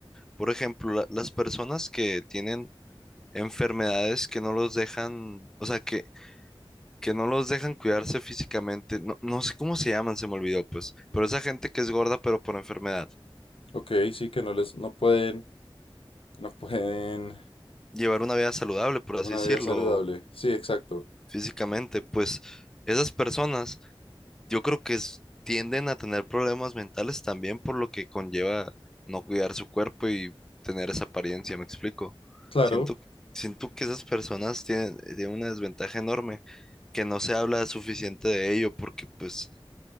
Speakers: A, in the centre; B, on the left.
A: Por ejemplo, la- las personas que tienen enfermedades que no los dejan, o sea, que, que no los dejan cuidarse físicamente. No, no sé cómo se llaman, se me olvidó, pues. Pero esa gente que es gorda, pero por enfermedad.
B: Ok, sí, que no les, no pueden, no pueden
A: Llevar una vida saludable, por así
B: una
A: decirlo,
B: vida saludable. Sí, exacto.
A: físicamente, pues esas personas, yo creo que es- tienden a tener problemas mentales también por lo que conlleva no cuidar su cuerpo y tener esa apariencia, ¿me explico?
B: Claro,
A: Siento, siento que esas personas tienen, tienen una desventaja enorme que no se habla suficiente de ello porque pues